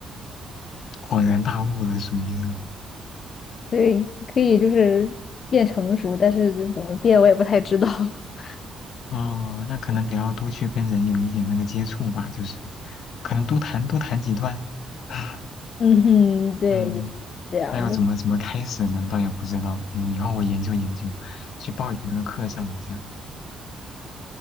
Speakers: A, on the left (about 70°); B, on the left (about 55°).
A: 恍然大悟了，属于是。
B: 对，可以就是变成熟，但是怎么变我也不太知道。<laughs>
A: 哦，那可能得要多去跟人有一点那个接触吧，就是可能多谈多谈几段。<laughs>
B: 嗯哼，对，
A: 嗯，
B: 也许是这样的。
A: 那要怎么怎么开始呢？倒也不知道。嗯，以后我研究研究，去报你那个课上一下。